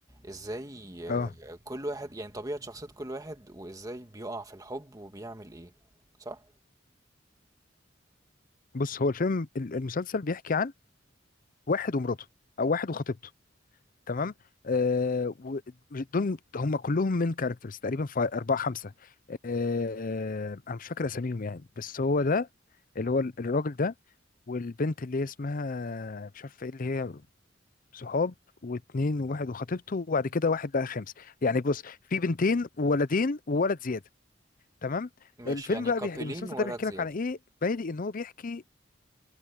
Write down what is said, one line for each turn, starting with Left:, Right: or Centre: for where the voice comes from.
Right: ازاي آه،
Left: آه.
Right: كل واحد يعني طبيعة شخصية كل واحد وازاي بيقع في الحب وبيعمل ايه صح
Left: بص هو الفيلم ال- المسلسل بيحكي عن واحد ومراته او واحد وخطيبته تمام آه و- دول هم كلهم من كاركترز تقريبا في أربعة خمسة آه أنا مش فاكر أساميهم يعني بس هو ده اللي هو الراجل ده والبنت اللي هي اسمها مش عارف ايه اللي هي صحاب واتنين وواحد وخطيبته وبعد كده واحد بقى خامس يعني بص في بنتين وولدين وولد زيادة تمام
Right: ماشي
Left: الفيلم
Right: يعني
Left: بقى
Right: كابلين
Left: بيح... المسلسل
Right: ولد
Left: ده بيحكي
Right: زيادة
Left: لك على ايه بادئ ان هو بيحكي